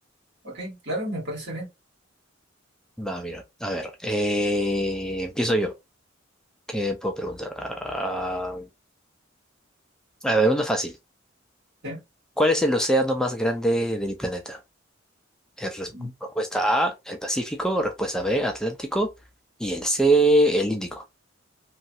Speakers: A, on the right (about 60°); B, in the centre.
A: ok, claro, me parece bien.
B: Va, mira, a ver, eh, empiezo yo. ¿Qué puedo preguntar? Ah, a ver, uno fácil.
A: Sí.
B: ¿Cuál es el océano más grande del planeta? Eh, res-
A: Mm,
B: respuesta A, el Pacífico, respuesta B, Atlántico, y el C, el Índico.